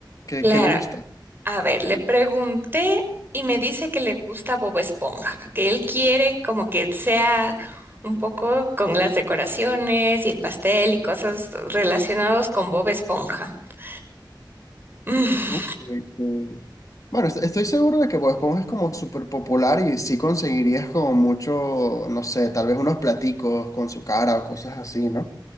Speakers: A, on the left; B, on the right.
A: ¿Qué,
B: Claro,
A: qué le gusta?
B: a ver, le pregunté y me dice que le gusta Bob Esponja, que él quiere como que sea un poco con las decoraciones y el pastel y cosas relacionados con Bob Esponja. <laughs> Mm,
A: Uh, que- que- Bueno, est- estoy seguro de que Bob Esponja es como súper popular y sí conseguirías como mucho, no sé, tal vez unos platicos con su cara o cosas así, ¿no?